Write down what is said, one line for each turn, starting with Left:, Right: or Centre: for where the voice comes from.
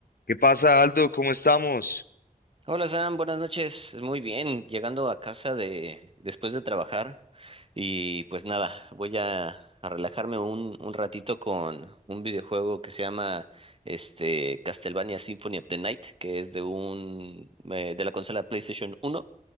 Left: ¿Qué pasa, Aldo? ¿Cómo estamos?
Right: Hola Sam, buenas noches. Muy bien, llegando a casa de después de trabajar y pues nada, voy a, a relajarme un, un ratito con un videojuego que se llama este Castlevania Symphony of the Night, que es de un eh, de la consola PlayStation uno